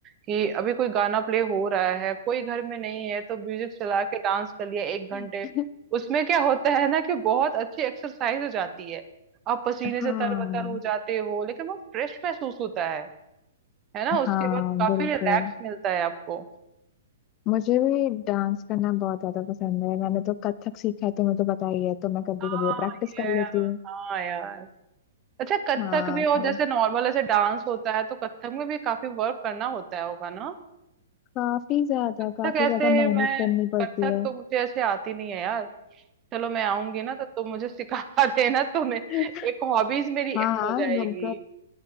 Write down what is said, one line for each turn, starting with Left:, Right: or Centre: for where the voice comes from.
Right: कि अभी कोई गाना प्ले हो रहा है कोई घर में नहीं है तो म्यूजिक चला के डांस कर लिया एक
Left: <laughs>
Right: घंटे उसमें क्या होता है ना कि बहुत अच्छी एक्सरसाइज हो जाती है आप पसीने
Left: हाँ
Right: से तरबतर हो जाते हो लेकिन बहुत फ्रेश महसूस होता है है ना उसके
Left: हाँ
Right: बाद काफी
Left: बिल्कुल
Right: रिलैक्स मिलता है आपको
Left: मुझे भी डांस करना बहुत ज्यादा पसंद है मैंने तो कथक सीखा है तुम्हें तो पता ही है तो मैं कभी
Right: हाँ
Left: कभी वो प्रैक्टिस
Right: यार
Left: कर लेती हूँ
Right: हाँ यार अच्छा कथक
Left: हाँ
Right: भी और
Left: तो
Right: जैसे नॉर्मल ऐसे डांस होता है तो कथक में भी काफी वर्क करना होता है होगा ना
Left: काफी ज्यादा
Right: कथक
Left: काफी
Right: ऐसे
Left: ज्यादा मेहनत
Right: मैं
Left: करनी पड़ती
Right: कथक
Left: है
Right: तो मुझे ऐसे आती नहीं है यार चलो मैं आऊंगी ना तो तुम मुझे सिखा <laughs> देना तुम्हें
Left: <laughs>
Right: एक हॉबीज मेरी
Left: हाँ
Right: ऐड
Left: हाँ
Right: हो जाएगी
Left: बिल्कुल